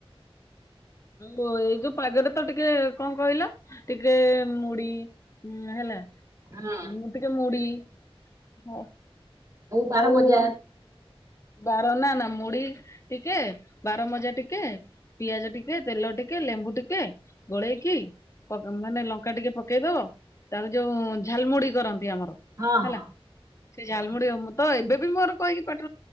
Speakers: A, on the left (about 30°); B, on the right (about 30°).
A: ହୁଁ ଏଇ ଯୋଉ ପାଗରେ ତ ଟିକେ କଣ କହିଲ ଟିକେ ମୁଢି। ହୁଁ ହେଲା
B: ହଁ
A: ମୁଁ ଟିକେ ମୁଢି ହ।
B: ବାର
A: ଆଉ।
B: ମଜା
A: ବାର ନା ନା ମୁଢି ଟିକେ ବାର ମଜା ଟିକେ। ପିଆଜ ଟିକେ ତେଲ ଟିକେ ଲେମ୍ବୁ ଟିକେ ଗୋଳେଇକି। ମାନେ ଲଙ୍କା ଟିକେ ପକେଇଦବ ତାପରେ ଯୋଉ ଝାଲମୁଡି କରନ୍ତି ଆମର।
B: ହଁ
A: ହେଲା
B: ହଁ।
A: ସେ ଝାଲମୁଢିହ ମୁଁ ତ ଏବେ ବି ମୋର କହିକି ପେଟ।